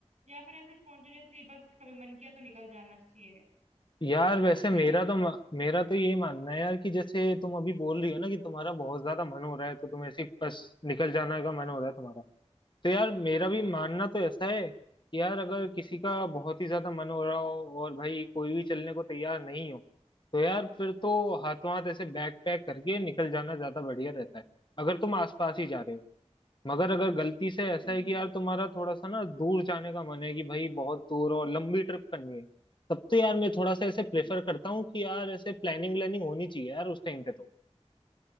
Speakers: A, on the right; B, on the left.
A: या फिर ऐसे स्पॉन्टेनियसली बस कभी मन किया तो निकल जाना चाहिए
B: यार वैसे मेरा
A: क्या लगता
B: तो मेरा तो ये मानना है यार कि जैसे तुम अभी बोल रही हो ना कि तुम्हारा बहुत ज्यादा मन हो रहा है तो तुम ऐसे ही बस निकल जाना का मन हो रहा है तुम्हारा तो यार मेरा भी
A: है
B: मानना तो ऐसा है कि यार अगर किसी का बहुत ही ज्यादा मन हो रहा हो और भाई कोई भी चलने को तैयार नहीं हो तो यार फिर तो हाथों हाथ ऐसे बैग पैक करके निकल जाना ज्यादा बढ़िया रहता है अगर तुम आसपास ही जा रहे हो मगर अगर गलती से ऐसा
A: हम्म
B: है
A: हम्म,
B: कि यार तुम्हारा थोड़ा सा ना दूर जाने का मन है कि भाई बहुत दूर और लंबी ट्रिप करनी है तब तो यार मैं थोड़ा सा ऐसे प्रेफर
A: हम्म।
B: करता हूँ कि यार ऐसे प्लानिंग व्लानिंग होनी चाहिए यार उस टाइम पे तो